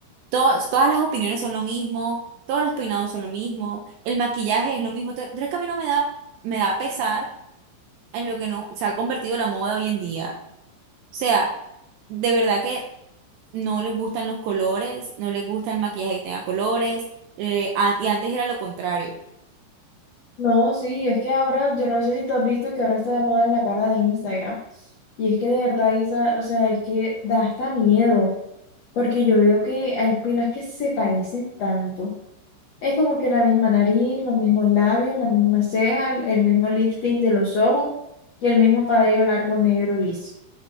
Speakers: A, on the right (about 75°); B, on the left (about 65°).
A: todas todas las opiniones son lo mismo, todos los peinados son lo mismo, el maquillaje es lo mismo. Entonces, es que a mí no me da, me da pesar en lo que no se ha convertido la moda hoy en día. O sea, de verdad que no les gustan los colores, no les gusta el maquillaje que tenga colores, eh, a- y antes era lo contrario.
B: No, sí, es que ahora, yo no sé si tú has visto que ahora está de moda en la cara de Instagram. Y es que de verdad, Isa, o sea, es que da hasta miedo, porque yo veo que hay pilas que se parecen tanto. Es como que la misma nariz, los mismos labios, las mismas cejas, el mismo lifting de los ojos y el mismo cabello largo negro liso.